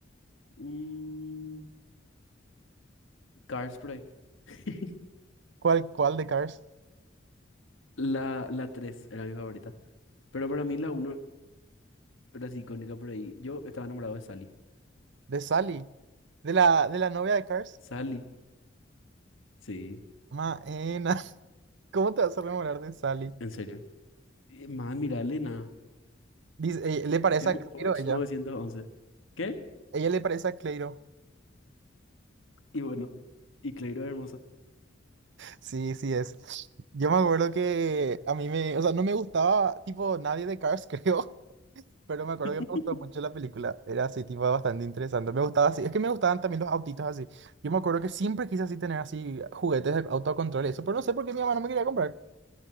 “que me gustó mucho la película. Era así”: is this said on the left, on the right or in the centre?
Right